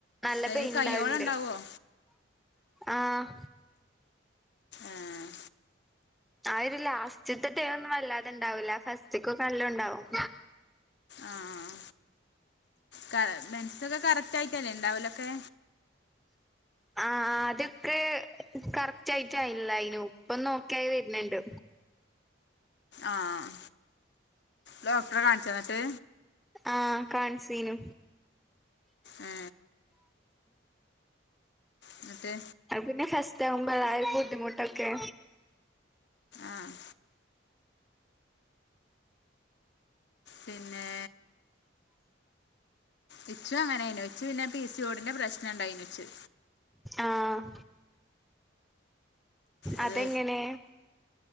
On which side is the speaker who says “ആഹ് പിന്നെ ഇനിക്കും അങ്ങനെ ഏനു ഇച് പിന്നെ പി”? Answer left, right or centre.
Left